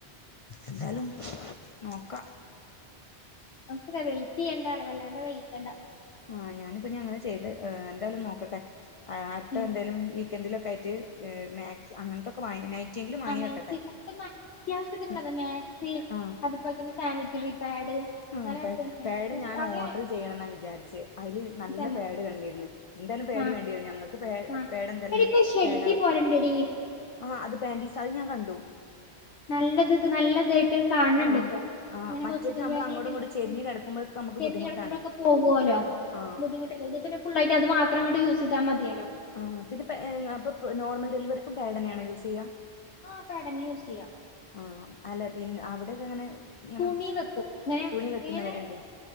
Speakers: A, on the left; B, on the left.
A: എന്നാലും നൊക്കാം
B: നമക്ക് വെയിറ്റ് ചെയ്യ്ണ്ട വല്ലാണ്ട് വൈകിക്കണ്ട.
A: ആഹ് ഞാനിപ്പ ഇനി അങ്ങനെ ചെയ്ത് എന്തായാലും നോക്കട്ടെ അടുത്ത
B: ഉം.
A: എന്തായാലും ഈ.. സെക്കൻഡി <unintelligible> ലൊക്കെയിട്ട് മാക് അങ്ങനത്തൊക്കെ വാങ്ങി നൈറ്റെങ്കിലും
B: ആ
A: വാങ്ങി
B: മാക്സി
A: വെക്കട്ടെ
B: പക്ഷെ ന- അത്യാവശ്യത്തിനുള്ളത്
A: ഉം
B: മാക്സി
A: ആഹ്
B: അതുപോലെ തന്നെ സാനിറ്ററി പാഡ്-
A: ആ
B: അങ്ങനെ
A: പാട്
B: പിന്നെ
A: പാട്
B: ജസ്റ്റ്
A: ഞാൻ
B: അവിടെ
A: ഓർഡർ ചെയ്യണംന്നാ വിചാരിച്ചെ അതില് നല്ല
B: തന്നെ
A: പാട് കണ്ടിരുന്ന് എന്തായാലും പാട്
B: ആഹ്
A: വേണ്ടിവരും ഞങ്ങൾക്ക് പേ
B: ആഹ്
A: പേട് എന്തായാലും
B: ഇപ്പൊ ഷെഡി
A: പേട വെക്കാം
B: പോലെണ്ടെടി എടി
A: ആഹ് അത് പാൻറ്റീസാ അത് ഞാൻ കണ്ടു
B: നല്ലത് നല്ലത് കാണണ്ട്
A: ആഹ്
B: ഇപ്പൊ
A: ആഹ്
B: ഇങ്ങനെ
A: മറ്റത്
B: ഹോസ്പിറ്റൽ
A: നമ്മൾ
B: ബേഗിലൊക്കെ
A: അങ്ങോട്ടും ഇങ്ങോട്ടും
B: എല്ലാവർക്കും
A: ചെരിഞ്ഞ് കിടക്കുമ്പോഴൊക്കെ നമുക്ക്
B: ചെരിഞ്ഞു
A: ബുദ്ധിമുട്ടാണ്
B: കെടുമ്പോഴൊക്കെ പോകുല്ലോ
A: ആഹ്
B: അല്ലെങ്കിൽ പിന്നെ ഫുൾളായിട്ട് അത് മാത്രങ്ങട്ട് യൂസ് ചെയ്താമതിയല്ലോ
A: ആഹ് പിന്നെ അപ്പൊ നോർമൽ ഡെലിവറിക്കും പാഡ് തന്നെയണോ യൂസ് ചെയ്യാ
B: ആഹ് പാട് തന്നെ യൂസ് ചെയ്യ
A: ആഹ് അല്ല പിന്നെ അവിടെയക്കെ അങ്ങനെ- അങ്ങനെ
B: തുണി വെക്കും ഇങ്ങനെ
A: തുണി വെക്കുന്നവരണ്ട്
B: ഇങ്ങനെ